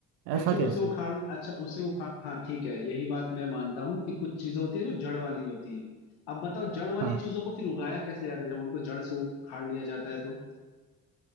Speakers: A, on the left; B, on the right.
A: लेकिन
B: ऐसा
A: उसे
B: कैसे
A: उखाड़ अच्छा उसे उखाड़ हाँ ठीक है यही बात मैं मानता हूँ कि कुछ चीजें होती है जो जड़ वाली होती है अब बताओ जड़ वाली
B: हाँ
A: चीजों को फिर उगाया कैसे जाता है जब उनको जड़ से उखाड़ लिया जाता है तो